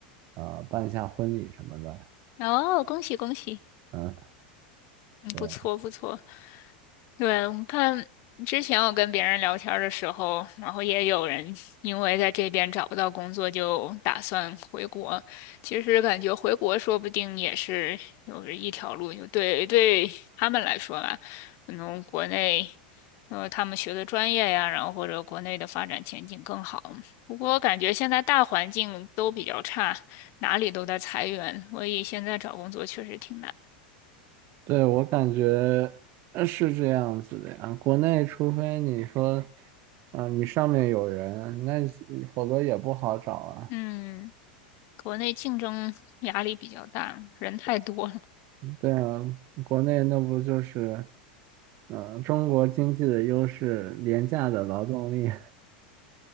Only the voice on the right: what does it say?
呃办一下婚礼什么的，
嗯，
对。
对，我感觉呃是这样子的呀。国内，除非你说，啊、你上面有人，那否则也不好找啊。
对啊，国内那不就是，嗯、中国经济的优势，廉价的劳动力，